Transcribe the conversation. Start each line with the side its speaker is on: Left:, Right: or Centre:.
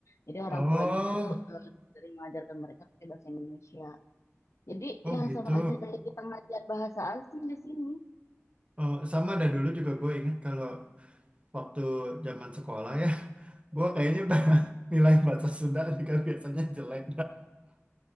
Left: jadi
Right: Oh,
Left: orang tuanya tuh eh, lebih sering mengajarkan mereka pakai bahasa Indonesia jadi
Right: oh
Left: ya
Right: gitu.
Left: sama aja kayak kita ngajar bahasa asing di sini
Right: Oh, sama ada dulu juga gue ingat kalau waktu zaman sekolah ya, gue kayaknya <laughs> nilai bahasa Sunda juga biasanya jelek.